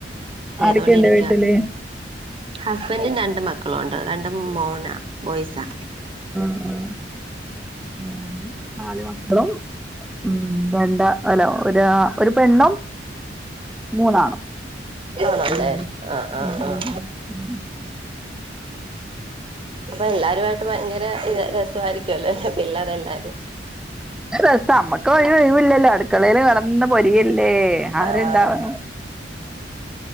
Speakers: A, on the right; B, in the centre.
A: ചെയ്തൊണ്ടിരിക്കുവാ.
B: ആരൊക്കെയുണ്ട് വീട്ടില്
A: ഹസ്ബൻഡും രണ്ട് മക്കളുംണ്ട് രണ്ടും മോനാ ബോയ്സാ.
B: ഉം ഉം ഞാനും നാല് മക്കളും. ഉം രണ്ട അല്ല ഒരാ ഒരു പെണ്ണും മൂന്നാണും.
A: ആണല്ലേ
B: ഉം
A: ആഹ് ആഹ്
B: ഉം
A: ആഹ്.
B: ഉം
A: അപ്പൊ എല്ലാരുവായിട്ട് ഭയങ്കര ഇ രെസവാമായിരിക്കുവല്ലേ പിള്ളേർ എല്ലാരും.
B: രസാ അമ്മക്ക് ഒരു ഒഴിവ് ല്ലല്ലോ അടുക്കളേല് നിന്ന് പൊരിയല്ലേ ആര്ണ്ടാവാന്
A: ആഹ്